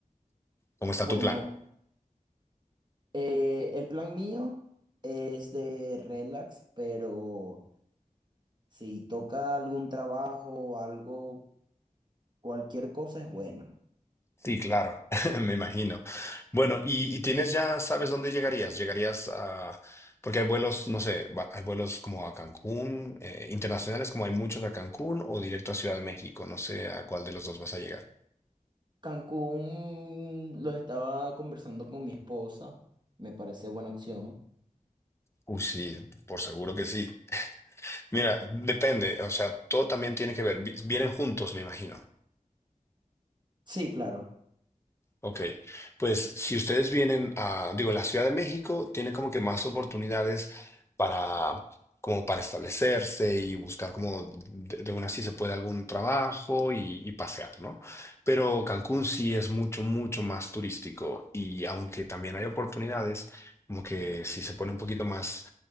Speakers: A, on the left; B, on the right.
A: cómo está
B: Bueno,
A: tu plan.
B: Eh, el plan mío es de relax, pero si toca algún trabajo, algo, cualquier cosa es bueno.
A: Sí, claro, <laughs> me imagino. Bueno, y, y tienes ya, ¿sabes dónde llegarías? Llegarías a, porque hay vuelos, no sé, va- hay vuelos como a Cancún, eh, internacionales como hay muchos a Cancún o directo a Ciudad de México, no sé a cuál de los dos vas a llegar.
B: Cancún lo estaba conversando con mi esposa, me parece buena opción.
A: Uy, sí, por seguro que sí. Mira, depende, o sea, todo también tiene que ver, vi- vienen juntos, me imagino.
B: Sí, claro.
A: Ok, pues si ustedes vienen a, digo, la Ciudad de México tiene como que más oportunidades para, como para establecerse y buscar como de, de una sí se puede algún trabajo y, y pasear, ¿no? Pero Cancún sí es mucho, mucho más turístico y aunque también hay oportunidades, como que si se pone un poquito más,